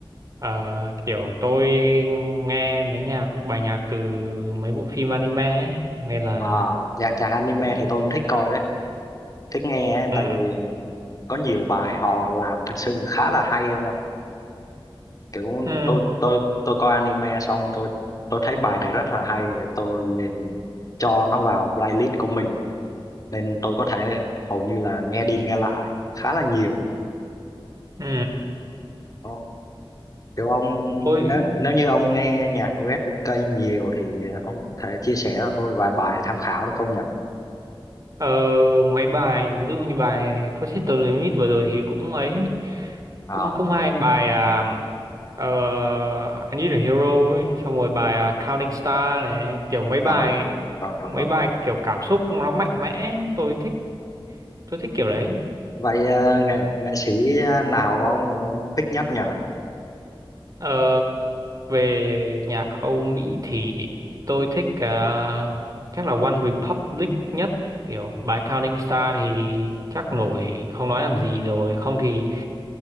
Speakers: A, on the right (about 40°); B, on the left (about 40°).
A: ờ, kiểu tôi nghe mấy nhạc bài nhạc từ mấy bộ phim anime ấy, nên là
B: À, dạ chàng anime
A: cũng
B: thì tôi cũng thích coi đấy, thích nghe ấy,
A: ừ,
B: tại vì ờ, có nhiều bài họ làm thật sự khá là hay không ạ? Kiểu
A: ừ,
B: tôi tôi tôi coi anime xong tôi tôi thấy bài này rất là hay, tôi liền cho nó vào playlist của mình nên tôi có thể hầu như là nghe đi nghe lại khá là nhiều.
A: ừ.
B: Đó. Kiểu ông
A: tôi
B: nếu nếu như ông nghe nhạc của Red nhiều thì ông có thể chia sẻ cho tôi vài bài tham khảo được không nhỉ?
A: Ờ, mấy bài ví dụ như bài Forces the Limit vừa rồi thì cũng ấy
B: À,
A: cũng không hay bài à, ờ, I Need a Hero ấy. Xong rồi bài à, Counting Star này kiểu mấy bài
B: à, rồi rồi
A: mấy
B: rồi.
A: bài kiểu cảm xúc nó mạnh mẽ tôi thích tôi thích kiểu đấy
B: Vậy ờ, nghệ nghệ sĩ ờ, nào ông thích nhấp nhở
A: Ờ, về nhạc Âu Mỹ thì tôi thích à, chắc là One Republic nhất kiểu bài Counting Star thì chắc nổi không nói làm gì rồi không thì